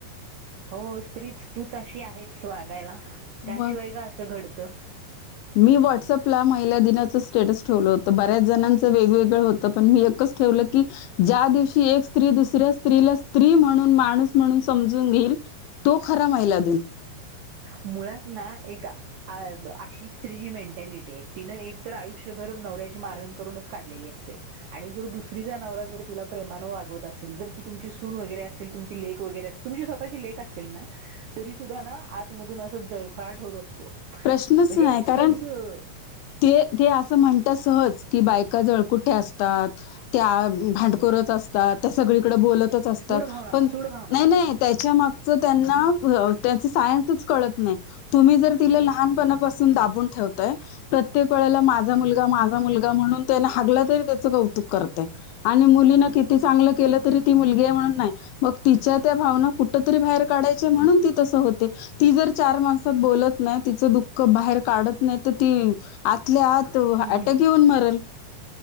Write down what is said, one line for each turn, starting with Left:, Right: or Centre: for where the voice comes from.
Right: हो स्त्रीच, तूच अशी आहेस वागायला, त्याशिवाय
Left: मग
Right: का असं घडत तर.
Left: मी व्हॉट्सअपला महिला दिनाचं, स्टेटस ठेवलं होतं, बऱ्याच जणांचं वेगवेगळं होतं पण मी एक. ठेवलं की. ज्या दिवशी एक स्त्री, दुसऱ्या स्त्रीला स्त्री म्हणून, माणूस म्हणून समजून घेईल. तो खरा महिला दिन.
Right: मुळात ना एका. अ अशी स्त्री जी मेंटॅलिटी आहे, तिनं एक तर आयुष्यभर नवऱ्याची मारहाण करूनच काढलेली असते. आणि जो दुस स्त्रीचा नवरा जर, तीला प्रेमानं वागवत असेल, जर ती तुमची सून वगैरेल तुमची लेक वैगरे असल. तुमची स्वतःची लेख असेल ना, तरी सुद्धा ना, आतमधून असं जळफळाट होत असतो.
Left: प्रश्नच
Right: म्हणजे
Left: नाही कारण
Right: कसं.
Left: ते, ते, असं म्हणतात, सहज की बायका जळकुठे असतात. त्या भांडकोरच असतात, त्या सगळीकडे बोलतच असतात,
Right: सूड भावना
Left: पण
Right: सूड भावना
Left: नाही-नाही. त्याच्या मागच, त्यांना सायन्स कळत नाही, तुम्ही जर. तिला लहानपणापासून दाबून ठेवताय. प्रत्येक वेळेला माझा मुलगा, माझा मुलगा, म्हणून त्याने हागला तरी त्याचं कौतुक करताय. आणि मुलीना किती चांगलं केलं तरी, ती मुलगी आहे म्हणून नाही, मग तिच्या त्या भावना कुठ कुठं तरी बाहेर काढायच म्हणून ती तस होते, ती जर चार माणसात बोलत. नाही तिच दुःख बाहेर काढत नाही तर ती, आतल्या आत
Right: हम्म
Left: अटॅक.
Right: हम्म
Left: येऊन मरल,